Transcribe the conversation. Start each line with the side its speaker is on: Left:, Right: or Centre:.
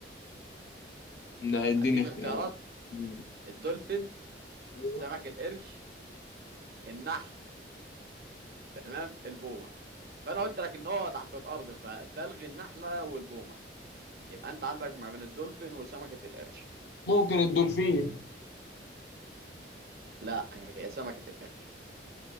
Left: لا اديني
Right: اديك
Left: اختيارات
Right: اختيارات
Left: مم.
Right: الدولفين
Left: ايوه
Right: سمك القرش النحل تمام البومه فانا قلت لك ان هو تحت الارض ف- فالغي النحله والبومه يبقى انت عندك ما بين الدولفين وسمكه القرش
Left: ممكن الدولفين
Right: لا هي سمكه القرش